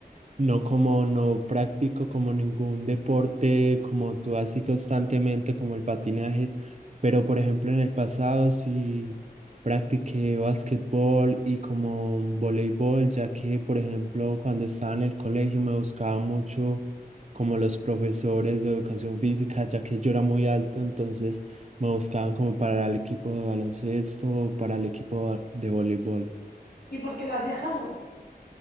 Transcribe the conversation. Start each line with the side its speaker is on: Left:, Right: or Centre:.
Right: no, como no practico como ningún deporte como tú así constantemente como el patinaje, pero por ejemplo en el pasado sí practiqué basquetbol y como voleibol, ya que por ejemplo cuando estaba en el colegio me buscaba mucho como los profesores de educación física, ya que yo era muy alto, entonces me buscaban como para el equipo de baloncesto o para el equipo de voleibol
Left: ¿Y por qué lo has dejado?